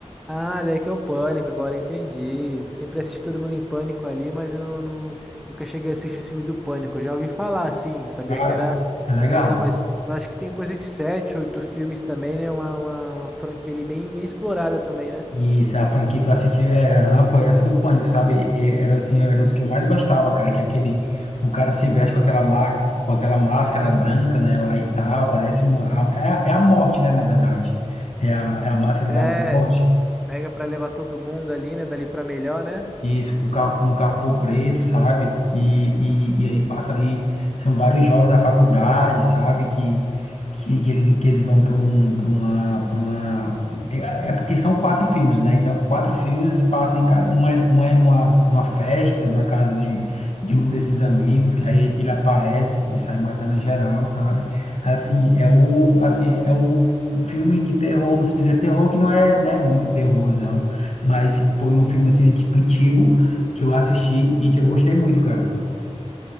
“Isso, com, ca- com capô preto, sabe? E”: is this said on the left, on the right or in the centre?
Left